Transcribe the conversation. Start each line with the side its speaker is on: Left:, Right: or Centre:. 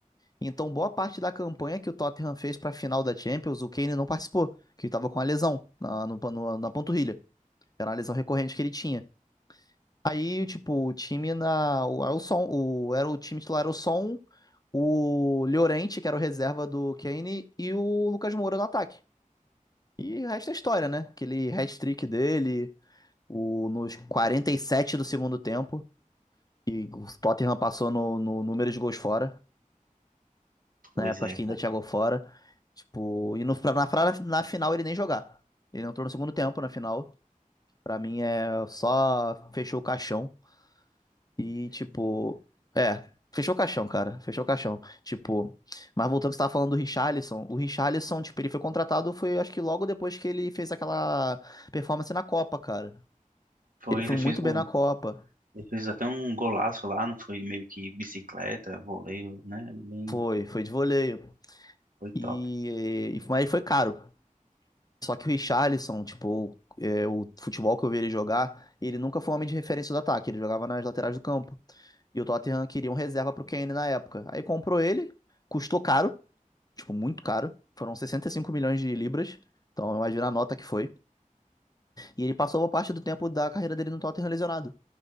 Left: Então, boa parte da campanha que o Tottenham fez para a final da Champions, o Kane não participou, que ele estava com a lesão na, no- no- na panturrilha. Era uma lesão recorrente que ele tinha. Aí, tipo, o time na. O, era o Son, o, era o time titular era o Son, o Llorente, que era o reserva do Kane, e o Lucas Moura no ataque. E o resto é história, né? Aquele hat-trick dele o, nos 47 do segundo tempo, e o Tottenham passou no, no número de gols fora.
Right: Pois
Left: Na época,
Right: é,
Left: acho que ainda
Right: cara.
Left: tinha gol fora. Tipo, e no, pra, na, pra- na final ele nem jogar. Ele entrou no segundo tempo na final. Pra mim é só fechou o caixão. E, tipo, é, fechou o caixão, cara. Fechou o caixão. Tipo, mas voltando ao que você tava falando do Richarlison. O Richarlison, tipo, ele foi contratado, foi acho que logo depois que ele fez aquela performance na Copa, cara.
Right: Foi,
Left: Ele foi
Right: ele
Left: muito
Right: fez
Left: bem
Right: um,
Left: na Copa.
Right: ele fez até um golaço lá, não foi meio que bicicleta, voleio, né? Bem,
Left: Foi, foi de voleio.
Right: foi
Left: E,
Right: top.
Left: e mas ele foi caro. Só que o Richarlison, tipo, é, o futebol que eu vi ele jogar, ele nunca foi um homem de referência do ataque, ele jogava nas laterais do campo. E o Tottenham queria um reserva pro Kane na época. Aí comprou ele, custou caro, tipo, muito caro. Foram 65 milhões de libras. Então, imagina a nota que foi. E ele passou boa parte do tempo da carreira dele no Tottenham lesionado.